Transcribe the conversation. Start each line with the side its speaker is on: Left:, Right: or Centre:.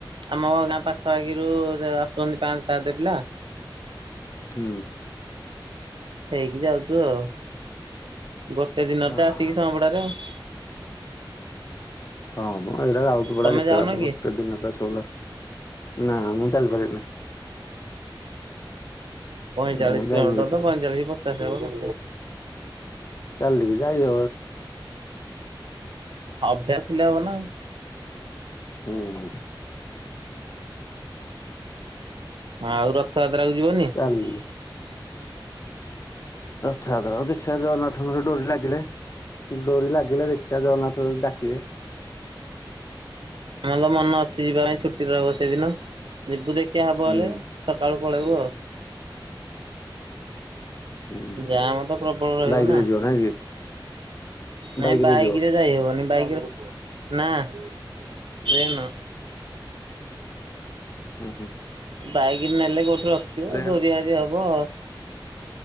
Right: ଆମ ଗାଁ ପାଖ ଆଖିରୁ ଆସୁଛନ୍ତି ପାଞ୍ଚ ସାତ ପିଲା
Left: ହୁଁ।
Right: ହେଇକି ଯାଉଛୁ ଆଉ ଗୋଟେ ଦିନ
Left: ଓହୋ।
Right: ତ ଆସିକି ସମପଡାରେ ଆଉ
Left: ହଁ ମୁଁ ଏଇା ଯାଉଥିଲ ପଡା
Right: ତମେ
Left: କେତେ
Right: ଯାଉନ
Left: ବାର
Right: କି?
Left: ଗୋଟେ ଦିନ ତ ସବ ନା ମୁଁ ଚାଲିପାରିବିନି।
Right: ପଇଁଚାଳିଶ
Left: ମୁଁ ଯାଇନି
Right: କିଲୋମିଟର
Left: କେତେବେଳେ।
Right: ତ ପଁଚାଳିଶ ଚା ସେବ
Left: ଚାଲିକି ଯାଇ
Right: ଅଭ୍ୟାସ ଥିଲେ ହବ ନା।
Left: ହୁଁ।
Right: ହଁ ଆଉ ରଥ ଯତ୍ର କୁ ଯିବନି। ଆ
Left: ଚାଲି ରଥଯାତ୍ର ଆଉ ଦେଖିବା ଜଗନ୍ନାଥଙ୍କର ଡୋରି ଲାଗିଲେ ଡୋରି ଲାଗିଲେ ଦେଖିବା ଜଗନ୍ନାଥ ଯଦି ଡାକିବେ
Right: ଆମ ତ ମନ ଅଛି ଯିବା ପାଇଁ ଛୁଟି ରହବ ସେଇଦିନ ଯିବୁ ଦେଖ ଶିଆ ହବ
Left: ହୁଁ
Right: ହେଲେ ସକାଳୁ। ପଳେଇବୁ।
Left: ହୁଁ
Right: ଜାମ ତ ପ୍ରବଳ ରହିବ
Left: ବାଇକ
Right: ନା
Left: ରେ ଯିବ ନାଇଁ କି
Right: ନାଇଁ
Left: ବାଇକ
Right: ବାଇକରେ
Left: ରେ ଯିବ
Right: ଯାଇହବନି ବାଇ <inaudible> ନା ଟ୍ରେନ
Left: ହୁଁ ହୁଁ।
Right: ବାଇକ୍ ନେଲେ ରଖିବ
Left: ଟ୍ରେନ
Right: ଚୋରି ଚାରି ହବ ଆଉ